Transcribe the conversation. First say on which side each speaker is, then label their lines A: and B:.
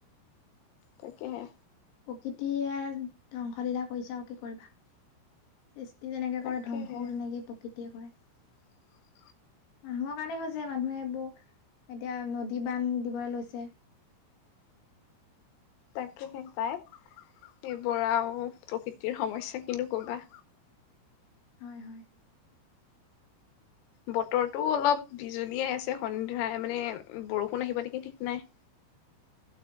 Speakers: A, on the left; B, on the left.
A: তাকেহে
B: প্ৰকৃতি ধ্বংসলীলা কৰিছে আৰু কি কৰিবা সৃষ্টি তেনেকৈ
A: তাকেহে
B: কৰে ধ্বংসও তেনেকেই প্ৰকৃতিয়ে
A: <inaudible>
B: কৰে মানুহৰ কাৰণে হৈছে মানুহে বৌ এতিয়া নদী বান্ধ দিবলৈ লৈছে
A: তাকে সে পায় এইবোৰ আৰুও প্ৰকৃতিৰ সমস্যা কিনো কবা
B: হয়। হয়।
A: বতৰৰটো অলপ বিজুলিয়ে আছে সন্ধাই মানে বৰষুণ আহিবা নেকি ঠিক নাই